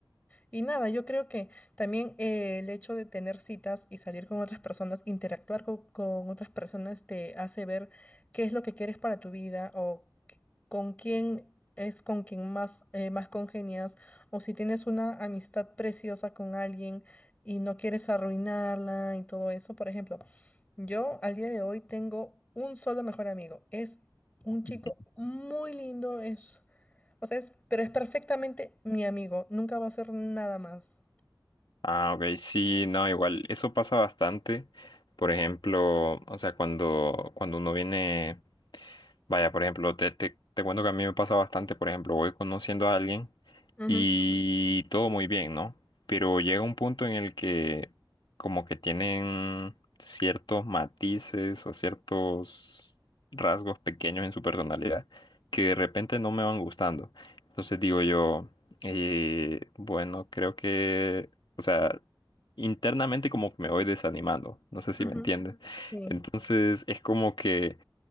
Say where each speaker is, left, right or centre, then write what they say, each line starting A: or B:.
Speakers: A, on the left; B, on the left.
A: y nada, yo creo que también eh, el hecho de tener citas y salir con otras personas, interactuar co- con, otras personas, te hace ver qué es lo que quieres para tu vida o qué- con quién es con quien más, eh, más congenias o si tienes una amistad preciosa con alguien y no quieres arruinarla y todo eso. Por ejemplo, yo al día de hoy tengo un solo mejor amigo. Es un chico
B: Ujú.
A: muy lindo, es, o sea, es, pero es perfectamente mi amigo. Nunca va a ser nada más.
B: Ah, ok, sí, no, igual, eso pasa bastante. Por ejemplo, o sea, cuando, cuando uno viene, vaya, por ejemplo, te, te, te cuento que a mí me pasa bastante, por ejemplo, voy conociendo a alguien
A: Ujú,
B: y todo muy bien, ¿no? Pero llega un punto en el que como que tienen ciertos matices o ciertos rasgos pequeños en su personalidad que de repente no me van gustando. Entonces digo yo, eh, bueno, creo que o sea, internamente como que me voy desanimando, no sé si
A: ujú.
B: me entiendes.
A: Sí,
B: Entonces es como que